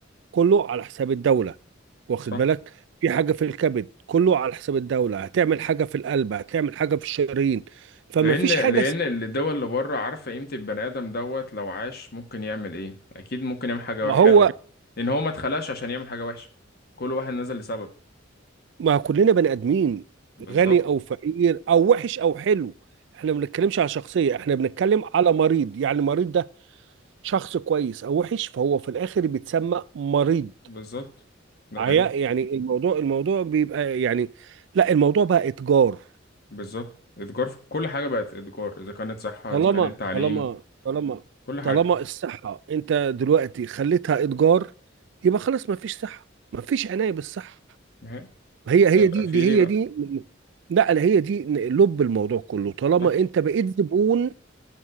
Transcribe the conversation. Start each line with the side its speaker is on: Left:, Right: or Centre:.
Right: كله على حساب الدوله واخد
Left: صح
Right: بالك في حاجه في الكبد كله على حساب الدوله هتعمل حاجه في القلب هتعمل حاجه في الشرايين فما
Left: لان
Right: فيش حاجه
Left: لان
Right: اسمها
Left: الدول اللي بره عارفة قيمة البني ادم دوت لو عاش ممكن يعمل ايه اكيد ممكن يعمل حاجة
Right: ما
Left: حلوة
Right: هو
Left: لان هو ما اتخلقش عشان يعمل حاجة وحشة كل واحد نزل لسبب
Right: ما كلنا بني ادمين
Left: بالظبط
Right: غني او فقير او وحش او حلو احنا ما بنتكلمش على شخصيه احنا بنتكلم على مريض يعني المريض ده شخص كويس او وحش فهو في الاخر بيتسمى مريض
Left: بالظبط ده
Right: عيا-
Left: حقيقي
Right: يعني الموضوع الموضوع بيبقى يعني لا الموضوع بقى اتجار
Left: بالظبط الاتجار في كل حاجة بقت اتجار إذا كانت صحة
Right: طالما
Left: إذا كانت تعليم
Right: طالما طالما
Left: كل حاجة
Right: طالما الصحه انت دلوقتي خليتها اتجار يبقى خلاص ما فيش صحه ما فيش عنايه بالصحه
Left: نهائي.
Right: هي هي
Left: هيبقى
Right: دي
Left: فيه
Right: دي
Left: ليه
Right: هي
Left: بقى
Right: دي لا لا، هي دي لب الموضوع كله طالما
Left: صح
Right: انت بقيت زبون